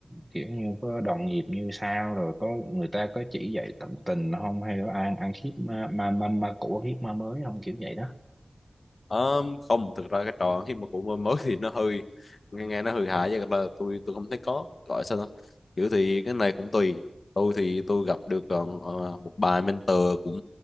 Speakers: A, in the centre; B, on the left (about 65°).
A: kiểu như có đồng nghiệp như sao rồi có người ta có chỉ dạy tận tình không hay là ăn ăn khiếp ma ma ma, ma cũ ăn khiếp ma mới không kiểu vậy đó
B: um, không thực ra cái trò khi mà cũng mới thì nó hơi nghe, nghe nó hơi hại chứ thật ra tôi tôi không thấy có gọi sao đó kiểu thì cái này cũng tùy tôi thì tôi gặp được ờ, ờ, một bà mentor cũng